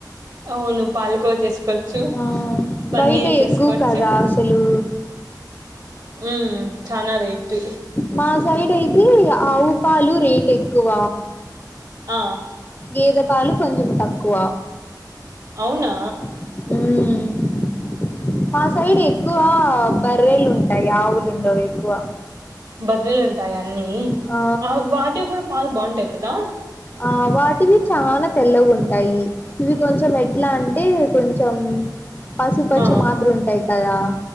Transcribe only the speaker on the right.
అవును పాలకోవ చేసుకోవచ్చు
పన్నీర్
చేసుకోవచ్చు
ఉమ్ చనా రేట్
ఆ
అవునా
బదిలీలు ఉంటాయి అన్ని
వాటివి కూడా పాలు బాగుంటాయి కదా
ఆ